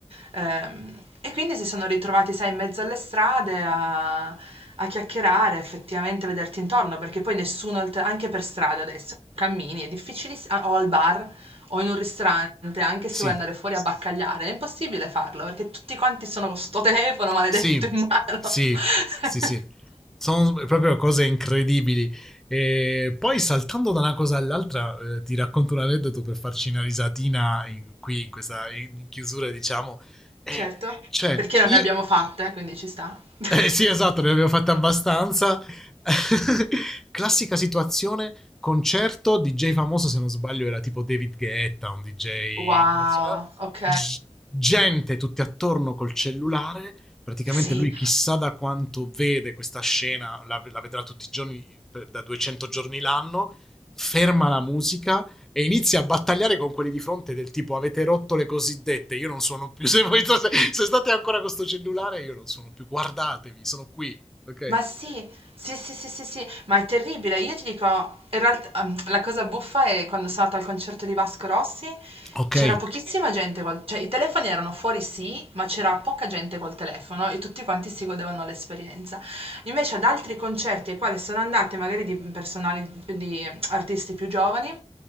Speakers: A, on the right; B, in the centre.
A: Ehm, e quindi si sono ritrovati, sai, in mezzo alle strade a a chiacchierare, effettivamente vederti intorno, perché poi nessuno al t anche per strada adesso cammini, è difficilis a o al bar, o in un ristorante, anche se
B: sì.
A: vuoi andare fuori a baccagliare, è impossibile farlo perché tutti quanti sono con sto telefono maledetto
B: Sì,
A: in mano.
B: sì,
A: <laughs>
B: sì, sì. Sono proprio cose incredibili. E poi saltando da una cosa all'altra, eh, ti racconto un aneddoto per farci una risatina in- qui in questa in in chiusura, diciamo. Eh,
A: Certo,
B: cioè,
A: perché non
B: io
A: ne abbiamo fatte, quindi ci sta. <laughs>
B: eh, sì, esatto, ne abbiamo fatte abbastanza. <laughs> Classica situazione, concerto, DJ famoso, se non sbaglio era tipo David Guetta, un DJ
A: Wow,
B: internazionale.
A: ok.
B: G- gente tutti attorno col cellulare, praticamente
A: Sì,
B: lui chissà da quanto vede questa scena, la, la vedrà tutti i giorni, per- da 200 giorni l'anno, ferma la musica, e inizia a battagliare con quelli di fronte del tipo avete rotto le cosiddette, io non sono più, <laughs> se, voi, se, se state ancora con sto cellulare io non sono più, guardatemi, sono qui, ok?
A: Ma sì, sì, sì, sì, sì, sì, ma è terribile. Io ti dico, in realtà, ehm, la cosa buffa è quando sono andata al concerto di Vasco Rossi,
B: Ok,
A: c'era pochissima gente, col- cioè i telefoni erano fuori sì, ma c'era poca gente col telefono e tutti quanti si godevano l'esperienza. Invece ad altri concerti ai quali sono andate, magari di personali, di artisti più giovani,